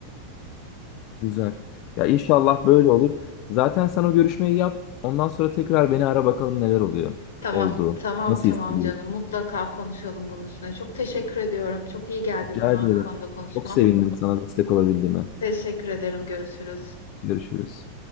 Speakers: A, on the left; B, on the left.
A: Güzel. Ya inşallah böyle olur. Zaten sen o görüşmeyi yap. Ondan sonra tekrar beni ara bakalım neler oluyor.
B: Tamam,
A: Oldu.
B: tamam,
A: Nasıl
B: tamam
A: hissediyorsun?
B: canım. Mutlaka konuşalım bunun üstüne. Çok teşekkür ediyorum. Çok iyi geldi
A: Rica
B: bana
A: ederim.
B: bu konuda konuşman.
A: Çok sevindim sana destek olabildiğime.
B: Teşekkür ederim. Görüşürüz.
A: Görüşürüz.